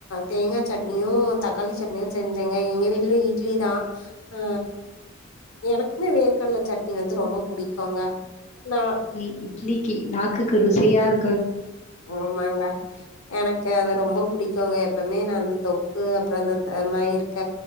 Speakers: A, on the left; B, on the left.
A: தேங்கா சட்னியு தக்காளி சட்னியு செஞ்சேங்க எங்க வீட்லயு இட்லி தா ஆ எனக்குமே வேர்கர்கடல சட்னி வந்து ரொம்ப பிடிக்கும்ங்க ந
B: நீ இட்லிக்கு நாக்குக்கு ருசியா இரு
A: ஆமாங்க எனக்கு அத ரொம்ப பிடிக்கும்ங்க எப்பவுமே நா ரொம்ப புடிக்குங்க எப்பவுமே நா அந்த தொக்கு அப்புறம் அந்த மாயி இருக்க